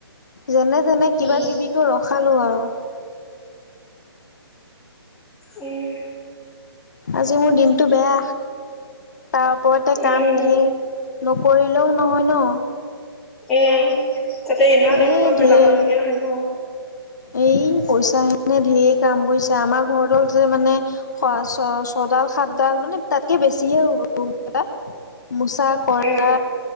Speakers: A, on the left (about 45°); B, in the centre.
A: যেনে তেনে কিবা
B: উম,
A: কিবি কৰি ৰখালো আৰু।
B: উম,
A: আজি মোৰ দিনটো বেয়া। তাৰ ওপৰতে কাম
B: উম।
A: ধেৰ নকৰিলেও নহয় ন।
B: উম, তাতে ইমান এসোপা
A: এ
B: পেলাব
A: ধেৰ
B: লগীয়া হয় ন।
A: এই পইচাে <unintelligible> ধেৰ কাম বুজিছা আমাৰ ঘৰ তল যে মানে খৰচ চৰচ সদায় সাতডাল মানে তাতকে বেছি হে হ'ব ৰূম কেইটা, মোচা কৰা
B: উম,